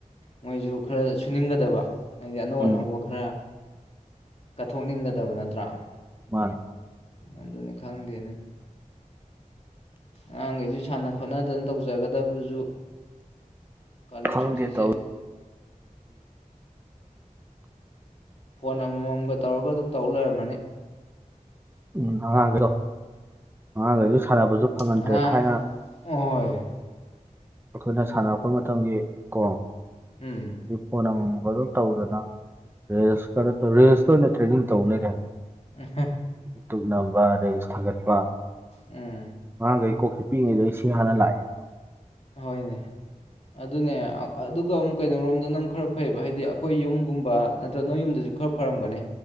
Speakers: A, on the left; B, on the right.
A: ꯃꯣꯏꯁꯨ ꯈꯔ ꯁꯨꯅꯤꯡꯒꯗꯕ ꯍꯥꯏꯗꯤ ꯑꯅꯧ
B: ꯎꯝ
A: ꯑꯅꯧꯕ ꯈꯔ ꯀꯠꯊꯣꯛꯅꯤꯡꯒꯗꯕ ꯅꯠꯇ꯭ꯔꯥ
B: ꯃꯥ
A: ꯑꯅꯤ ꯈꯥꯡ <inaudible> ꯑꯉꯥꯡꯈꯩꯁꯨ ꯁꯥꯟꯅ ꯈꯣꯠꯅꯗꯅ ꯇꯧꯖꯒꯗꯕꯗꯨꯁꯨ ꯀꯂꯦꯟ
B: ꯈꯪꯗꯦ
A: ꯁꯨꯇꯁ
B: ꯇꯧ
A: ꯐꯣꯟ ꯑꯃꯃꯝꯒ ꯇꯧꯔꯒ ꯑꯗꯨꯝ ꯇꯧ ꯂꯩꯔꯝꯃꯅꯤ
B: ꯎꯝ ꯑꯉꯥꯡ ꯍꯥꯏꯒ꯭ꯔꯣ ꯑꯉꯥꯡ ꯍꯥꯏ ꯁꯥꯟꯅꯕꯁꯨ ꯐꯪꯍꯟꯗ꯭ꯔꯦ
A: ꯑꯉꯥꯡ
B: ꯊꯥꯏꯅ
A: ꯑꯍꯣꯏ
B: ꯑꯩꯈꯣꯏꯅ ꯁꯥꯟꯅꯔꯛꯄ ꯃꯇꯝꯒꯤ ꯀꯣ
A: ꯎꯝ
B: ꯐꯅꯃ ꯇꯧꯗꯅ ꯔꯦꯁꯅ ꯔꯦꯁꯇ ꯑꯣꯏꯅ ꯇ꯭ꯔꯦꯅꯤꯡ ꯇꯧ ꯂꯩꯔꯦ ꯍꯥꯏꯕ
A: ꯎꯝ
B: ꯇꯅꯝꯕꯔꯦ ꯈ ꯋꯥ
A: ꯎꯝ
B: ꯑꯥꯡ ꯀꯩ ꯀꯣ ꯐ ꯄꯤꯉꯩꯗꯣ ꯁꯤ ꯍꯥꯟꯅ ꯂꯥꯛꯑꯦꯕ
A: ꯍꯣꯏꯅꯦ ꯑꯗꯨꯅꯦ ꯑꯗꯨꯒ ꯑꯃꯨꯛ ꯀꯩꯅꯣꯣꯔꯣꯝꯗꯅ ꯑꯃꯨꯛ ꯈꯔ ꯐꯩꯕ ꯍꯥꯏꯗꯤ ꯑꯩꯈꯣꯏ ꯌꯨꯝꯒꯨꯝꯕ ꯅꯠꯇ꯭ꯔꯒ ꯅꯣꯏ ꯌꯨꯝꯗꯁꯨ ꯈꯔ ꯐꯔꯝꯒꯅꯤ